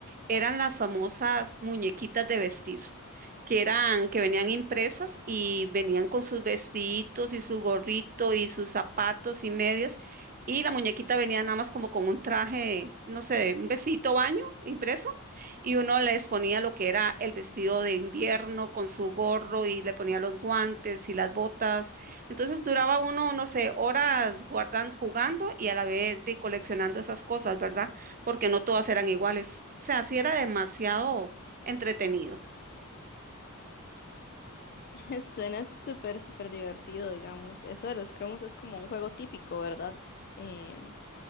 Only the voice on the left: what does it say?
<laughs> Suena súper, súper divertido, digamos. Eso de los cromos es como un juego típico, ¿verdad? Em,